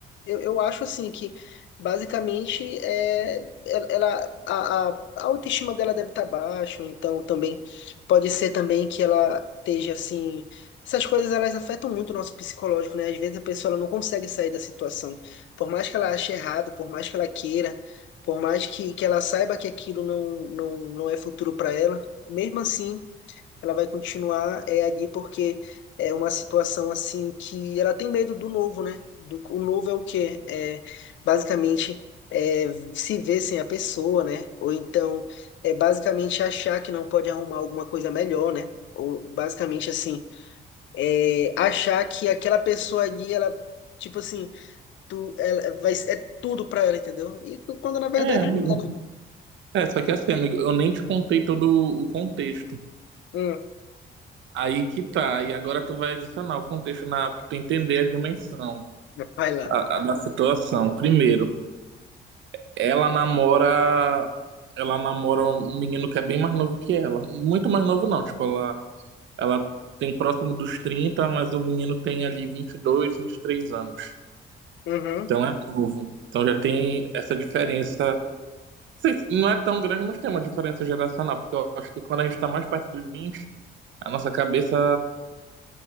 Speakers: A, on the left (about 70°); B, on the right (about 70°).
A: eu, eu acho assim que basicamente é, ela, ela- a, a, a autoestima dela deve estar baixa, ou então também pode ser também que ela esteja assim. Essas coisas elas afetam muito o nosso psicológico, né? Às vezes a pessoa ela não consegue sair da situação. Por mais que ela ache errado, por mais que ela queira, por mais que, que ela saiba que aquilo não, não, não é futuro para ela, mesmo assim, ela vai continuar é, ali porque é uma situação assim que ela tem medo do novo, né? Do, o novo é o quê? É, basicamente, é, se ver sem a pessoa, né? Ou então, é basicamente achar que não pode arrumar alguma coisa melhor, né? Ou basicamente assim, é, achar que aquela pessoa ali, ela, tipo assim, tu, ela vai, é tudo pra ela, entendeu? E quando na verdade
B: É, amigo.
A: não é, né?
B: É, só que assim, amigo, eu nem te contei todo o contexto.
A: Hum.
B: Aí que tá, e agora tu vai adicionar o contexto na, pra tu entender a dimensão
A: Vai lá.
B: a- a da situação. Primeiro, ela namora, ela namora um menino que é bem mais novo que ela. Muito mais novo não, tipo, ela, ela tem próximo dos 30, mas o menino tem ali vinte vinte e dois, vinte e três anos.
A: Uhum.
B: Então é novo. Então já tem essa diferença. Não sei se- não é tão grande, mas tem uma diferença geracional, porque eu acho que quando a gente tá mais perto dos vinte A nossa cabeça